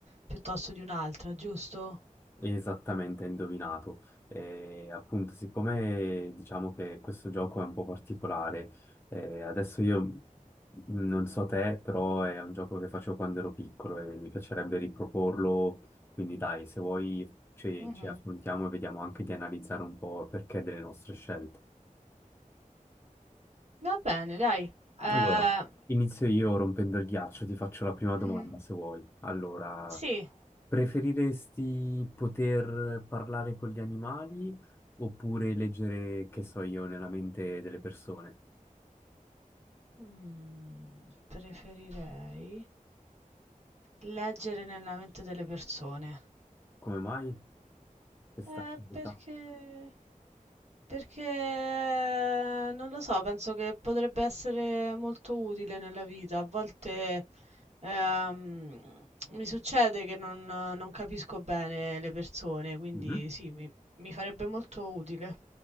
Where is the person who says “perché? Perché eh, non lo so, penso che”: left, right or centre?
Right